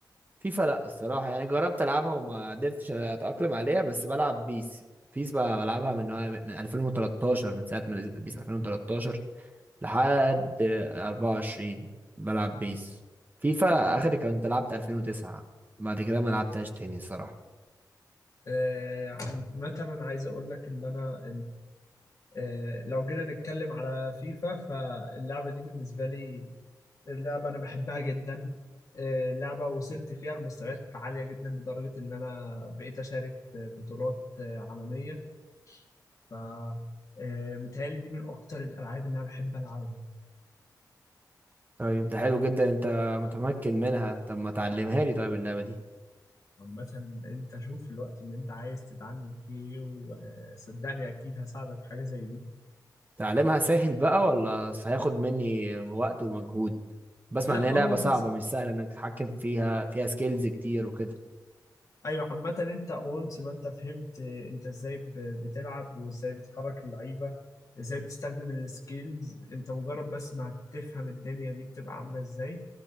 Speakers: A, on the right; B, on the left.
A: فيفا لا الصراحه يعني جربت العبها وما قدرتش اتاقلم عليها بس بلعب بيس بيس بقى بلعبها من من 2013 من ساعه ما نزلت بيس 2013 لحد 24 بلعب بيس فيفا آخر كنت لعبت 2009 بعد كده ما لعبتهاش تاني الصراحة
B: آه، عن- مثلا عايز اقول لك ان انا آه، لو جينا نتكلم على فيفا فاللعبة دي بالنسبة لي اللعبة أنا بحبها جدا آه، لعبة وصلت فيها لمستويات عالية جدا لدرجة إن أنا بقيت أشارك في بطولات آه، عالمية ف آه، متهيألي دي من أكتر الألعاب اللي أنا بحب ألعبها
A: طيب ده حلو جدا انت متمكن منها طب ما تعلمها لي طيب اللعبة دي
B: عامة أنت شوف الوقت اللي أنت عايز تتعلم فيه وصدقني أكيد هساعدك في حاجة زي دي
A: تعلمها سهل بقى ولا هياخد مني وقت ومجهود بسمع
B: لا
A: ان هي
B: هو
A: لعبة صعبة
B: بس
A: مش سهلة انك تتحكم فيها فيها سكيلز كتير وكده
B: ايوه عامة انت اونس ما انت فهمت انت ازاي ب- بتلعب وازاي بتحرك اللعيبة ازاي بتستخدم السكيلز انت مجرد بس ما هتفهم الدنيا دي بتبقى عاملة ازاي